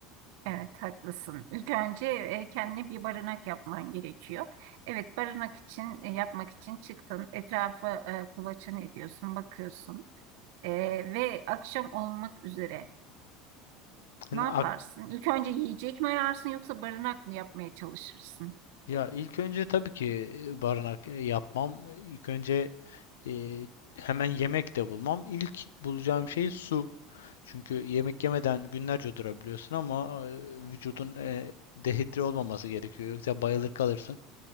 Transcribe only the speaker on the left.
Hani
ya ilk önce tabii ki e, barınak e, yapmam. İlk önce e, hemen yemek de bulmam. İlk bulacağım şey su. Çünkü yemek yemeden günlerce durabiliyorsun ama e, vücudun e, dehidre olmaması gerekiyor. Yoksa bayılır kalırsın.